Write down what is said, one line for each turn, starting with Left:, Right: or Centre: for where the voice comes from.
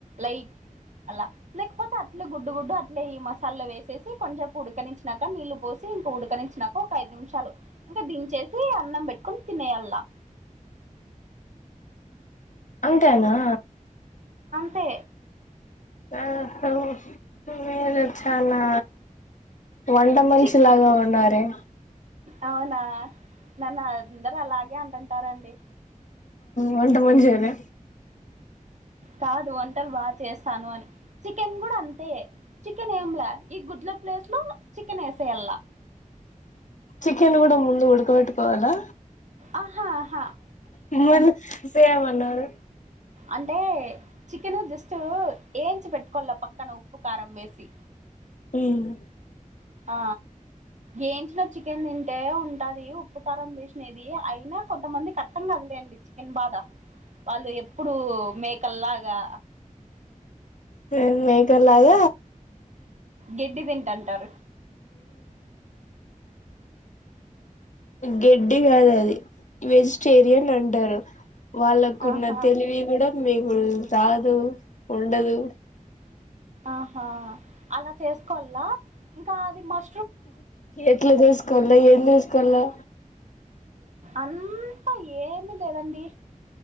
Right: లైక్ అలా లేక్పోతే అట్నే గుడ్డు గుడ్డు అట్లే ఈ మసాలా వేసేసి కొంచెపు ఉడకనించాక నీళ్ళలు పోసి, ఇంక ఉడకనించినాక ఒక ఐదు నిమిషాలు, ఇంకా దించేసి అన్నం పెట్టుకొని తినేయళ్లా.
Left: అంతే అండి ఆ
Right: పే
Left: ఆపు మీరు చాలా వంట మనిషి
Right: చి
Left: లాగే ఉన్నారే.
Right: అవునా, నన్ను అందరు అలాగే అంటుంటారండి.
Left: వంట మనిషనా.
Right: కాదు వంటలు బాగా చేస్తాను అని, చికెన్ గుడ అంతే చికెన్ ఏంలా, ఈ గుడ్ల ప్లేస్ లో చికెన్ ఎసేయల్లా.
Left: చికెన్ కూడా ముందు ఉడకబెట్టుకోవాలా?
Right: ఆహ ఆహ
Left: మీ వోళ్లు సేమ్ ఉన్నారు.
Right: అంటే చికెను జస్ట్ ఏయించి పెట్టుకోల్ల పక్కన ఉప్పు కారం వేసి.
Left: ఉమ్
Right: ఆ ఏయించిన చికెన్ తింటే ఉంటాది ఉప్పు కారం వేసినది, అయినా కొంతమందికి అర్థం కాదు అండి చికెన్ బాధ, వాళ్ళు ఎప్పుడు మేకల్లాగా
Left: సేమ్ మేకల్లాగ
Right: గడ్డి తింట ఉంటారు.
Left: గడ్డి కాదది వెజిటేరియన్ అంటారు. వాళ్ళకున్న
Right: ఆహా
Left: తెలివి గుడ మీకు రాదు, ఉండదు.
Right: ఆహా అలా చేసుకోవల్ల, ఇంకా అది మర్
Left: ఎట్లా చేసుకోవాలా ఏం చేసుకోవాలా
Right: అంతా ఏమి లేదండి